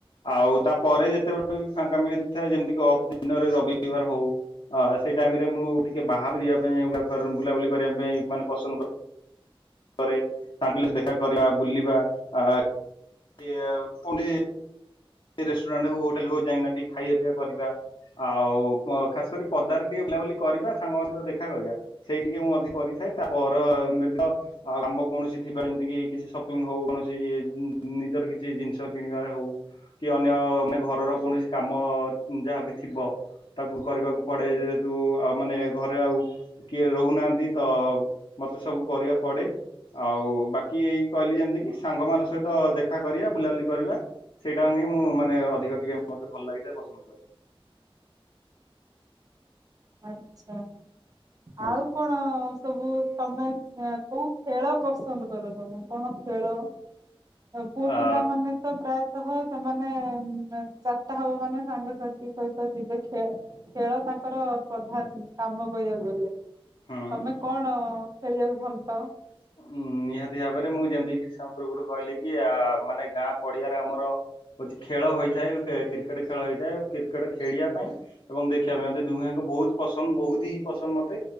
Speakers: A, on the left; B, on the right.
A: ଆଉ ତାପରେ ଯେତେବେଳେ ଫାଙ୍କା ମିଳିଥାଏ। ଯେମତିକ ଅଫ୍ ଦିନରେ ରବିବାର ହଉ ଆସ୍ ସେଇ ଟାଇମ୍ ରେ ମୁଁ, ଟିକେ ବାହାରୁ ଯିବା ପାଇଁ କର ବୁଲାବୁଲି କରିବା ପାଇଁ ମାନେ ପସନ୍ଦ କ କରେ। ତାଙ୍କୁ ପିଲା ସେ ଦେଖା କରିବା, ବୁଲିବା ଆ ଏ ଆଉ ପୁଡି। <unintelligible> ସେ ରେଷ୍ଟୁରାଣ୍ଟ ହଉ, ହୋଟେଲ ହଉ, ଯାଇନା ଖାଇବା ପିଇବା କରିବା। ଆଉ ଖାସ କରି ପଦାରେ ଟିକେ ବୁଲାବୁଲି କରିବା, ସାଙ୍ଗଙ୍କ ସହିତ ଦେଖା କରିବା ସେଇ ଟିକେ ମୁଁ ଅଧିକ କରିଥା ଏ ତା ପରା ଏମିତି ତ କାମ କୌଣସି ଥିବା ଯେମିତି କି କିଛି ସପିଙ୍ଗ ହଉ କୌଣସି ନିଜର କିଛି ଜିନିଷ କିଣିବାରେ ହଉ। କି ଅନ୍ୟ ମାନେ ଘରର କୌଣସି କାମ ଯାହାବି ଥିବ ତାକୁ କରିବାକୁ ପଡେ, ଯେହେତୁ ଆଉ ମାନେ ଘରେ ଆଉ କିଏ ରହୁନାହାନ୍ତି ତ ମତେ ସବୁ କରିବାକୁ ପଡେ। ଆଉ ବାକି ଏଇ କହିଲି ଯେମିତି କି ସାଙ୍ଗମାନଙ୍କ ସହିତ ଦେଖା କରିବା ବୁଲାବୁଲି କରିବା ସେଇ ସେଟ ହିଁ ମୁଁ ମାନେ ଅଧିକ ଟିକେ ମତେ ଭଲ ଲାଗିଥାଏ ପସନ୍ଦ କରେ।
B: ଆଛା,
A: ହଁ
B: ଆଉ କଣ ସବୁ ତମେ କଣ ଖେଳ ପସନ୍ଦ କର ତମେ, କଣ ଖେଳ? ପୁଅ
A: ଆ
B: ପିଲାମାନେ ତ ପ୍ରାୟ ସହ ସେମାନେ ଚାରିଟା ହବ ମାନେ ସାଙ୍ଗସାଥି ସହିତ ଯିବେ ଖେଳ ତାଙ୍କର ପ୍ରଧାନ କାମ କହିବାକୁ ଗଲେ,
A: ହୁଁ।
B: ତମେ କଣ ଖେଳିବାକୁ ଭଲ ପାଅ?
A: ଊ। ନିହାତି ଭାବରେ ମୁଁ ଯେମିତି କି ସମ ପୂର୍ବରୁ କହିଲି କି ଆ ମାନେ ଗାଁ ପଡିଆରେ ଆମର ହଉଛି ଖେଳ ହୋଇଥାଏ, କ୍ରିକେଟ ଖେଳ ହୋଇଥାଏ, କ୍ରିକେଟ ଖେଳିବା ପାଇଁ ଏବଂ ଦେଖିବା ପାଇଁ ଦୁହେଙ୍କ ବହୁତ ପସନ୍ଦ, ବହୁତ ହିଁ ପସନ୍ଦ ମତେ,